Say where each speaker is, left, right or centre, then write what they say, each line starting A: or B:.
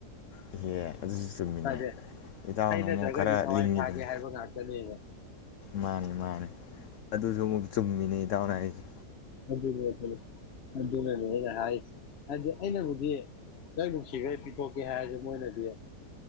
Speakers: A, on the left (about 65°); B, on the left (about 45°).
A: ꯏꯍꯦ ꯑꯗꯨꯁꯨ ꯆꯨꯝꯃꯤꯅꯦ
B: ꯑꯗ
A: ꯏꯇꯥꯎꯅ
B: ꯑꯩ ꯅꯠꯇ꯭ꯔꯒꯗꯤ
A: ꯑꯃꯨꯛ ꯈꯔ
B: ꯊꯋꯥꯏ
A: ꯂꯤꯡꯉꯤꯗꯅ
B: ꯊꯥꯒꯦ ꯍꯥꯏꯕ ꯉꯥꯛꯇꯅꯦꯕ
A: ꯃꯥꯅꯤ ꯃꯥꯅꯤ ꯑꯗꯨꯁꯨ ꯑꯃꯨꯛ ꯆꯨꯝꯃꯤꯅꯤ ꯏꯇꯥꯎꯅ ꯑꯩꯁꯦ
B: ꯑꯗꯨꯅꯦ ꯑꯗꯨꯅꯅꯦ ꯑꯩꯅ ꯍꯥꯏꯔꯤꯁꯦ ꯍꯥꯏꯗꯤ ꯑꯩꯅꯕꯨꯗꯤ ꯅꯪ ꯅꯨꯡꯁꯤꯈꯦ ꯄꯤꯊꯣꯛꯀꯦ ꯍꯥꯏꯔꯁꯦ ꯃꯣꯏꯅꯗꯤ